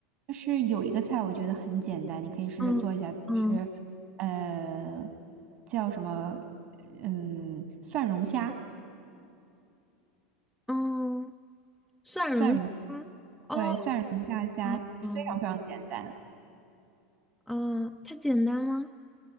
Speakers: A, on the right; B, in the centre.
A: 就是有一个菜我觉得很简单，你可以试着做一下，
B: 嗯嗯
A: 就是呃叫什么嗯蒜蓉虾，
B: 嗯，蒜蓉虾。
A: 蒜蓉
B: 哦，
A: 对蒜蓉大虾非常非常简单。
B: 啊哦哦，它简单吗？